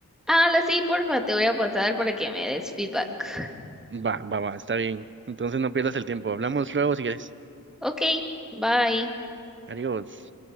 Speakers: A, in the centre; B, on the right (about 35°).
A: Ah, la sí, porfa, te voy a pasar para que me des feedback.
B: Va, va, va, está bien. Entonces no pierdas el tiempo. Hablamos luego si quieres.
A: Ok, bye.
B: Adiós.